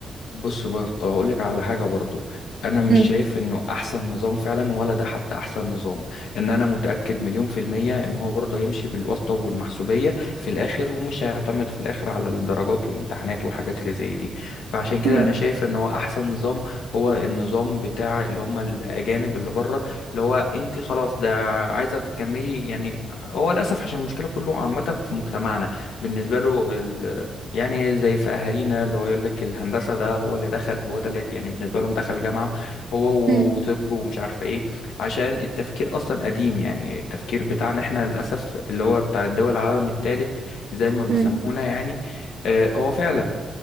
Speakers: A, on the left; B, on the right.
A: بص برضه هقول لك على حاجه برضه انا مش
B: امم
A: شايف انه احسن نظام فعلا ولا ده حتى احسن نظام ان انا متاكد مليون في الميه ان هو برضه هيمشي بالواسطه والمحسوبيه في الاخر ومش هيعتمد في الاخر على الدرجات والامتحانات والحاجات اللي زي دي فعشان كده
B: مم.
A: انا شايف ان هو احسن نظام هو النظام بتاع اللي هم الاجانب اللي بره اللي هو انت خلاص ده عايزه تكملي يعني هو للاسف عشان المشكله كله عامه في مجتمعنا بالنسبه له يعني زي في اهالينا اللي هو يقول لك الهندسه ده هو اللي دخل هو ده اللي يعني بالنسبه لهم دخل جامعه هو
B: مم.
A: وطب ومش عارفه ايه عشان التفكير اصلا قديم يعني التفكير بتاعنا احنا للاسف اللي هو بتاع الدول العالم الثالث زي ما بيسمونا
B: مم.
A: يعني آه، هو فعلا